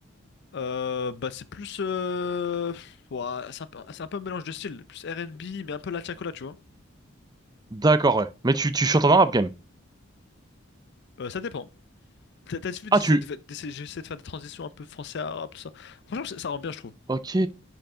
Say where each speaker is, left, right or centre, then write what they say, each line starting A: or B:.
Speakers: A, on the left; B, on the right.
A: Euh, bah c'est plus... euh, ouais, c'est un peu, c'est un peu un mélange de styles, plus R&B, mais un peu la tiacola, tu vois.
B: D'accord, ouais. Mais tu, tu chantes en arabe quand même.
A: Euh, ça dépend. T'as t'as vu,
B: Ah,
A: j'essaie
B: tu...
A: de, fa- d'essayer- j'essaie de faire des transitions un peu français arabe, tout ça. Franchement, ça, ça rend bien, je trouve.
B: Ok.